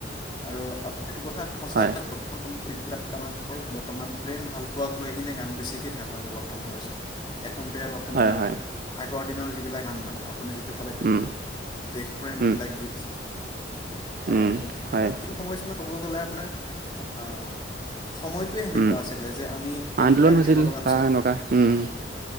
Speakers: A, on the left (about 25°); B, on the right (about 50°).
A: আৰু এইটো কথা সঁচা
B: হয়
A: বৰ্তমান সময়ত যিবিলাক আমাৰ মই বৰ্তমান প্ৰেম ভাল পোৱাক লৈ কিনে গান বেছিকে গায় হয় ম বৰ্তমান সময়ছোৱাত। একম্পেয় আপোনাৰ
B: হয় হয়
A: আগৰ দিনৰ যিবিলাক গান মানে আপুনি যিটো ক'লে
B: উম।
A: দেশ প্ৰেমবিলাক
B: উম
A: গীত আছিল। আগতকে
B: উম হয়
A: কাৰণ এইটো সময়ছোৱাত ক'ব গ'লে আপোনাৰ অ'। সময়টোৱে সেনেকুৱা
B: উম
A: আছিলে যে আমি তেনেকুৱা
B: আন্দোলন হৈছিল
A: লিখিব লগা
B: বা
A: হৈছিলে।
B: এনেকুৱা উম